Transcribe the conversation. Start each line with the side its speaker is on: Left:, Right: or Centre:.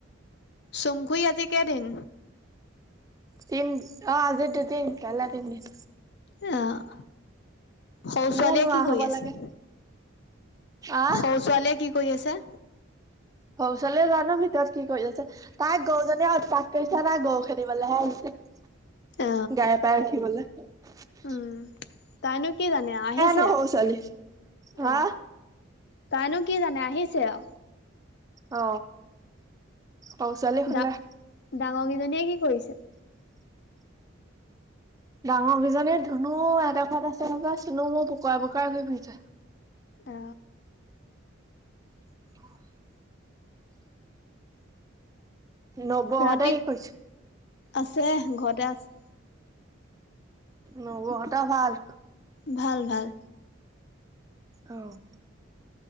Left: চুম খুই আজি কেদিন?
Right: তিন, অ' আজি দুদিন। কাইলে তিনদিন।
Left: অ'। সও ছোৱালীয়ে
Right: মোৰ নোৱাৰা
Left: কি কৰি
Right: হ'ব
Left: আছে?
Right: লাগে আহ
Left: সও ছোৱালীয়ে কি কৰি আছে।
Right: হৌ ছোৱালীয়ে জানো ভিতৰত কি কই আছে। তাইক গজনীয়ে আও তাক কৈছা না গৰু খেদিবলৈহে আহিছে।
Left: অ
Right: গাই পাই উঠিবলে। শুলেই
Left: উম তাইনো কি জানে আৰু আহিছে
Right: ন' সৰু ছোৱালী
Left: অ
Right: হা?
Left: তাইনো কি জানে আহিছে অ,
Right: অ, সৰু ছোৱালী শুলে।
Left: ডা ডাঙৰ কেইজনীয়ে কি কৰিছে?
Right: ডাঙৰকজনীয়ে ধুনু আইতা ঘৰত আছে হবাই চুনু মুনু পোকৰা -পোকৰা ঘূৰি ফুৰিছে।
Left: অ
Right: <inaudible> নবৌ
Left: ৰাতি
Right: হতে কি কৰিছে?
Left: আছে ঘৰতে আছে।
Right: নবৌ হতৰ ভাল?
Left: ভাল-ভাল।
Right: অ',